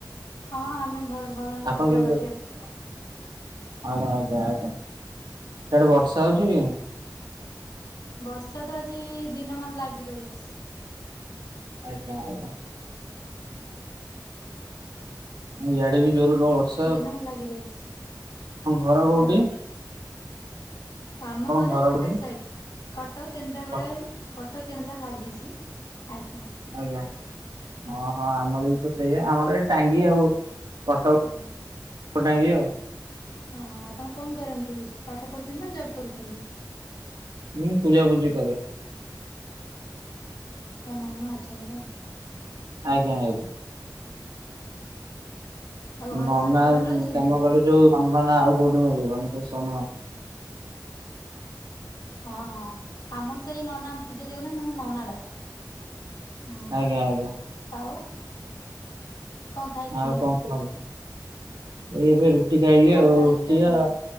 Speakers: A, on the left; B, on the right.
A: ହଁ ଆମେ ଭଲ ଭଗବାନ୍ ଦୟାରୁ
B: ଆପଣ
A: ଭଲ
B: କେମିତି
A: ବି ଅଛୁ।
B: ଆଜ୍ଞା ଆଜ୍ଞା ଆଜ୍ଞା ସେଆଡେ ବର୍ଷା ହଉଛି କି।
A: ବର୍ଷା ତ ଆଜି ଦିନ ମାନ ଲାଗି ରହିଛି।
B: ଆଜ୍ଞା ଆଜ୍ଞା। ଇୟାଡେ ବି ଜୋର ଲୋରର୍ଷ।
A: ଦିନ ଲାଗି ରହିଛି
B: ଘର କୋଉଠି?
A: ଆଜ୍ଞା। ଆମ
B: ଆପଣଙ୍କ
A: ଘରେ
B: ଘର
A: କଟକ
B: କୋଉଠି
A: ସାଇଟ୍। କଟକ କେନ୍ଦ୍ରାପଡା
B: କଟ
A: କଟକ କେନ୍ଦ୍ରା ଲାଗିଛି ଆଜ୍ଞା।
B: ଆଜ୍ଞା ହଁ ହଁ ଆମର ବି ତ ସେଇଆା ଆମର ଏ ଟାଙ୍ଗି ଆଉ କଟକ
A: ହୁଁ।
B: କ ଟାଙ୍ଗି ଆଉ।
A: ହଁ ଆପଣ କଁ କରନ୍ତି ପାଠ ପଢୁଛନ୍ତି ନା ଜବ୍ କରୁଛନ୍ତି।
B: ହୁଁ ପୂଜାପୁଜିି କରେ।
A: ହଁ ନନା ଅଛନ୍ତି ନାଇଁ।
B: ଆଜ୍ଞା ଆଜ୍ଞା।
A: <inaudible> ଆଉ ଘରେ
B: ନନା
A: ସମସ୍ତେ ଭଲ ଅଛନ୍ତି?
B: କାମ କଲେ ଯୋଉ ସନ୍ମାନ ଆଉ କୋଉଠି ମିଳିବନି ସେ ସନ୍ମା
A: ହଁ ହଁ ଆମର ସେଇ ନନା ପୂଜାକରନ୍ତି ନଆମେ ନନାଁ ଡାକୁ ହୁଁ।
B: ଆଜ୍ଞା ଆଜ୍ଞା।
A: ଆଉ କଣ ଖାଇଥିଲେ
B: ଆଉ କଁ କଣବୁ ଏ ଏବେ ରୁଟି ଖାଇଲି
A: କଣ
B: ଆଉ
A: ଖାଇଥିଲେ
B: ରୁଟି
A: ଆପଣ?
B: ଆ